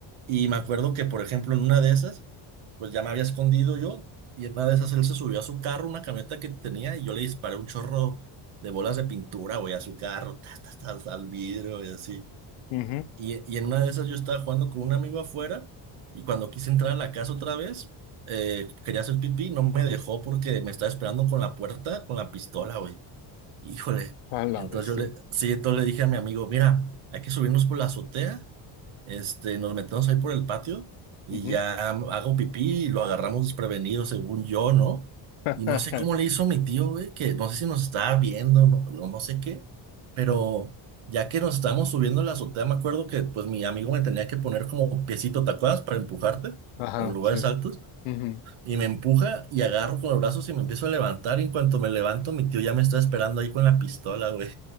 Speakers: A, on the right; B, on the left.
A: Y me acuerdo que, por ejemplo, en una de esas, pues ya me había escondido yo, y en una de esas él se subió a su carro, una camioneta que tenía, y yo le disparé un chorro de bolas de pintura, güey, a su carro, ta, ta, ta, al vidrio y así.
B: ujú.
A: Y, y en una de esas yo estaba jugando con un amigo afuera y cuando quise entrar a la casa otra vez, eh, quería hacer pipí, no me dejó porque me estaba esperando con la puerta, con la pistola, güey. Híjole.
B: A la
A: Entonces
B: bestia,
A: yo le, sí, entonces le dije a mi amigo, mira, hay que subirnos por la azotea, este, nos metemos ahí por el patio y
B: ujú.
A: ya hago pipí y lo agarramos desprevenido, según yo, ¿no?
B: <laughs>
A: Y no sé cómo le hizo a mi tío, güey, que no sé si nos estaba viendo, no, no, no sé qué, pero ya que nos estábamos subiendo a la azotea, me acuerdo que pues mi amigo me tenía que poner como piecito, ¿te acuerdas? Para empujarte
B: Ajá,
A: en lugares
B: sí,
A: altos.
B: ujú.
A: Y me empuja y agarro con los brazos y me empiezo a levantar. Y en cuanto me levanto, mi tío ya me está esperando ahí con la pistola, güey.